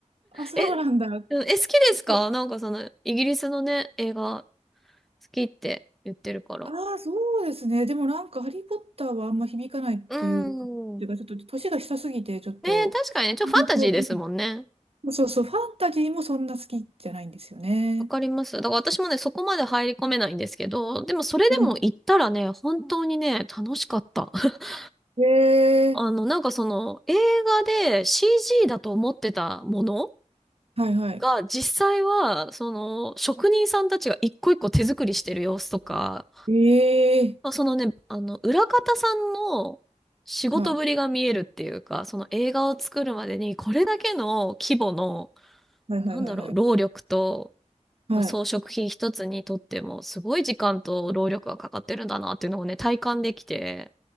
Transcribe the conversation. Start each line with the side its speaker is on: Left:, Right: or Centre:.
Right: あ、そうなんだ。
Centre: え、うんえ、好きですかなんかその、
Right: 結構、
Centre: イギリスのね、映画、好きって言ってるから。
Right: ああ、そうですね。でもなんか、ハリー・ポッターはあんま響かないっていうか、
Centre: うー
Right: っていうかちょっと、
Centre: ん。
Right: 年が下すぎて、ちょっと、
Centre: ね、確かにね、ちょっとファンタジーですもんね。
Right: 本当うんそうそう、ファンタジーもそんな好きじゃないんですよね。
Centre: わかります。だから私もね、そこまで入り込めないんですけど、でもそれでも行ったらね、
Right: うん。
Centre: 本当にね、楽しかった。<laughs>
Right: ええ
Centre: あの、なんかその、映画で CG だと思ってたもの
Right: はいはい。
Centre: が、実際は、その、職人さんたちが一個一個手作りしてる様子とか、
Right: ええ
Centre: そうそのね、あの、裏方さんの仕事ぶりが見えるっていうか、
Right: はい。
Centre: その映画を作るまでに、これだけの規模の、
Right: はいはいはいはい。
Centre: なんだろう、労力と、
Right: はい。
Centre: まあ、装飾品一つにとっても、すごい時間と労力がかかってるんだなっていうのをね、体感できて、